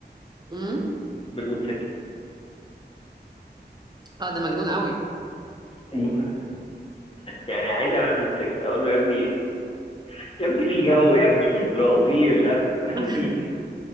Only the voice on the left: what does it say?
بالموتوسيكل
<laughs> يعني عايز اعملها بموتوسيكل اقول له يا ابني يا ابني في جو يا ابني وفي طرق وفي مش عارف إيه. قال
لي